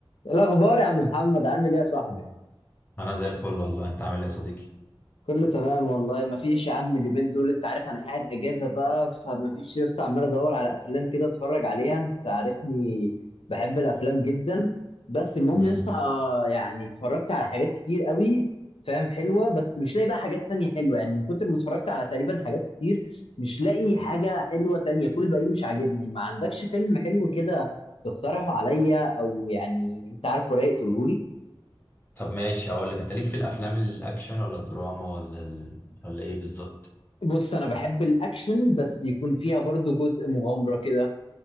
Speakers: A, on the left; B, on the left.
A: إيه الاخبار يا عم محمد عامل ايه يا صاحبي
B: انا زي الفل والله انت عامل ايه يا صديقي
A: كله تمام والله ما فيش يا عم اليومين دول انت عارف انا قاعد اجازه بقى فما فيش لسه عمال ادور على افلام كده اتفرج عليها انت عارفني بحب الافلام جدا بس المهم
B: مم.
A: لسه يعني اتفرجت على حاجات كتير قوي فاهم حلوه بس مش لاقي بقى حاجات تانية حلوه يعني من كتر ما اتفرجت على تقريبا حاجات كتير مش لاقي حاجه حلوه تانية كل باقي مش عاجبني ما عندكش فيلم حلو كده تقترحه عليا او يعني انت عارفه رايق تقوله لي
B: طب ماشي هقول لك انت ليك في الافلام الاكشن ولا الدراما ولا ال... ولا ايه بالظبط
A: بص انا بحب الاكشن بس يكون فيها برضو جزء مغامرة كده